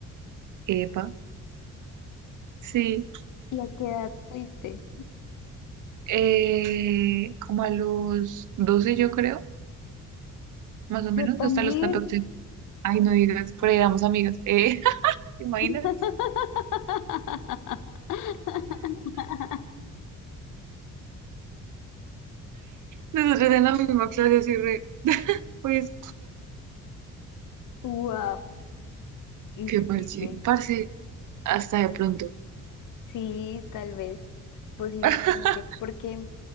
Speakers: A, on the right; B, on the left.
A: Epa. Sí,
B: ¿Y a qué edad fuiste?
A: eh, como a los 12 yo creo, más o menos,
B: Yo también.
A: hasta los 14. Ay, no digas, por ahí éramos amigas. Eh, <laughs> ¿te imaginas?
B: <laughs>
A: Nosotros en la misma clase así re, <laughs> pues,
B: Wow, increíble.
A: qué parche, parce, hasta de pronto.
B: Sí, tal vez, posiblemente,
A: <laughs>
B: porque